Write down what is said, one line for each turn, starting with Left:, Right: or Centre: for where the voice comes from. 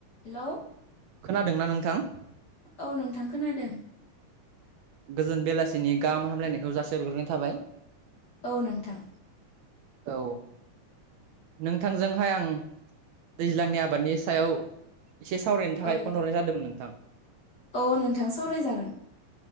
Left: Hello
Right: खोनादोंना नोंथां?
Left: औ नोंथां खोनादों।
Right: गोजोन बेलासिनि गाहाम हामलायनायखौ जासिहरग्रोनाय थाबाय
Left: औ नोंथां।
Right: औ नोंथांजोंहाय आं दैज्लांनि आबादनि सायाव एसे सावरायनो थाखाय
Left: औ
Right: फन हरनाय जादोंमोन नोंथां
Left: औ नोंथां सावरायजागोन